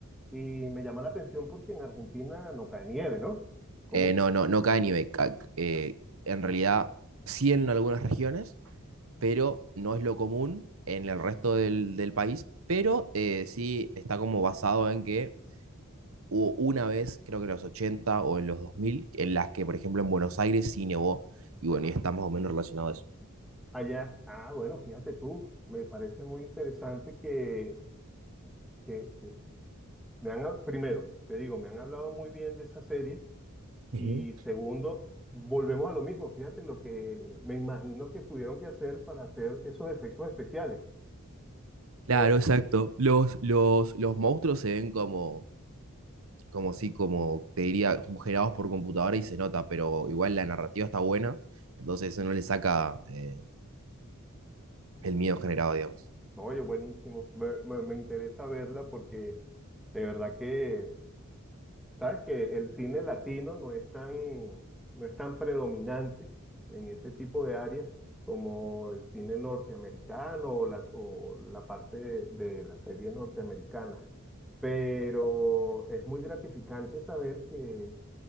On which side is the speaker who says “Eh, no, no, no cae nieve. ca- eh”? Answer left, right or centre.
Right